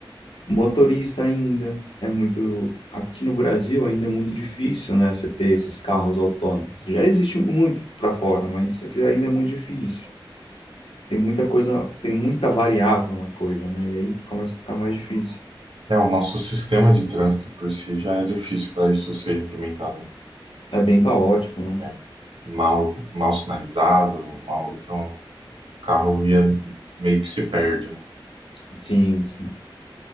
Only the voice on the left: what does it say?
Motorista ainda é muito. Aqui no Brasil ainda é muito difícil, né? Você ter esses carros autônomos. Já existe muito para fora, mas aqui ainda é muito difícil. Tem muita coisa, tem muita variável na coisa, né? E aí começa a ficar mais difícil.
É bem caótico, né?
Sim, sim.